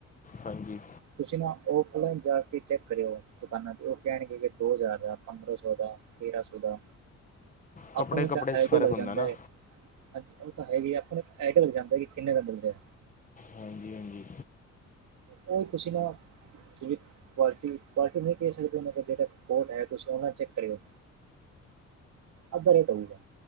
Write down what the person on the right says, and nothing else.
ਤੁਸੀਂ ਨਾ ਉਹ ਪਹਿਲੇ ਜਾ ਕੇ ਚੈੱਕ ਕਰਿਓ, ਦੁਕਾਨਾਂ ਤੇ ਉਹ ਕਹਿਣ ਗੇ ਦੋ ਹਜ਼ਾਰ ਦਾ ਪੰਦਰਾਂ ਸੌ ਦਾ, ਤੇਰਾਂ ਸੌ ਦਾ,
ਆਪਾਂ ਨੂੰ
ਇੱਕ ਆਈਡੀਆ
ਲੱਗ
ਜਾਂਦਾ
ਐ। ਹਾਂਜੀ, ਉਹ ਤਾਂ ਹੈਗੀ ਆਪਾਂ ਨੂੰ ਇੱਕ ਆਈਡੀਆ ਲੱਗ ਜਾਂਦਾ, ਕਿ ਕਿੰਨੇ ਦਾ ਮਿਲ ਰਿਹਾ।
ਉਹੀ ਤੁਸੀਂ ਨਾ ਜਿਵੇਂ ਕੁਆਲਟੀ ਪੈਸੇ ਨਹੀਂ ਕਹਿ ਸਕਦੇ, ਮੈਂ ਕਿਹਾ, ਜਿਹੜਾ ਕੋਟ ਹੈ। ਤੁਸੀਂ ਉਹ ਚੈੱਕ ਕਰਿਓ। ਅੱਧਾ ਰੇਟ ਹੋਊਗਾ।